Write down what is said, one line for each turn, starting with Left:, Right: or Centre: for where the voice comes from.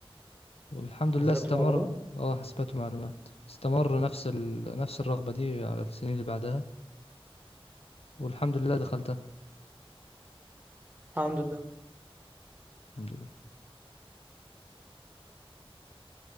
Left: والحمد
Right: حاسبات
Left: لله استمر
Right: ومعلومات
Left: اه حاسبات ومعلومات استمر نفس ال... نفس الرغبة دي على السنين اللي بعدها والحمد لله دخلتها
Right: الحمد لله
Left: الحمد لله